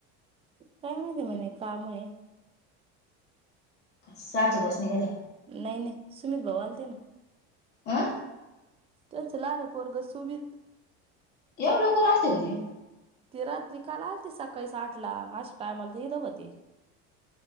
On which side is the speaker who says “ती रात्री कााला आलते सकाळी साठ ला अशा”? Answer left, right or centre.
Right